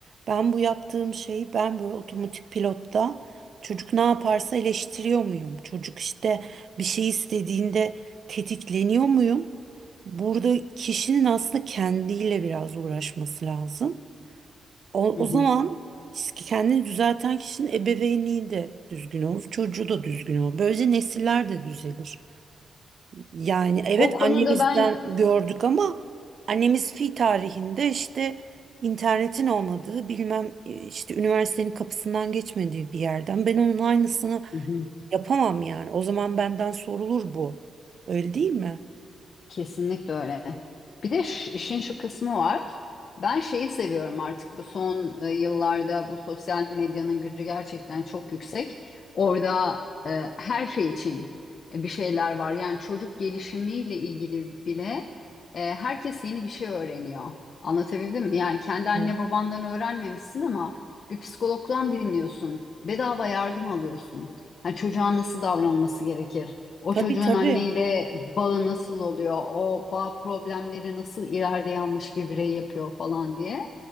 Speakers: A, on the right; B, on the left.
A: ben bu yaptığım şeyi ben böyle otomatik pilotta çocuk ne yaparsa eleştiriyor muyum? Çocuk işte bir şey istediğinde tetikleniyor muyum? Burada kişinin aslında kendiyle biraz uğraşması lazım. O,
B: hı
A: o
B: hı.
A: zaman kendini düzelten kişinin ebeveynliği de düzgün olur, çocuğu da düzgün olur. Böylece nesiller de düzelir. Yani evet
B: O konuda
A: annemizden
B: ben
A: gördük ama annemiz fi tarihinde işte internetin olmadığı bilmem e, işte üniversitenin kapısından geçmediği bir yerden ben onun aynısını
B: Hı hı.
A: yapamam yani. O zaman benden sorulur bu. Öyle değil mi?
B: Kesinlikle öyle. Bir de ş- işin şu kısmı var. Ben şeyi seviyorum artık bu son e, yıllarda bu sosyal medyanın gücü gerçekten çok yüksek. Orada e, her şey için e, bir şeyler var. Yani çocuk gelişimiyle ilgili bile e, herkes yeni bir şey öğreniyor. Anlatabildim mi? Yani kendi anne
A: Hı.
B: babandan öğrenmemişsin ama bir psikologdan dinliyorsun. Bedava yardım alıyorsun. Yani çocuğa nasıl davranması gerekir? O
A: Tabii
B: çocuğun
A: tabii.
B: anneyle bağı nasıl oluyor? O bağ problemleri nasıl ileride yanlış bir birey yapıyor falan diye.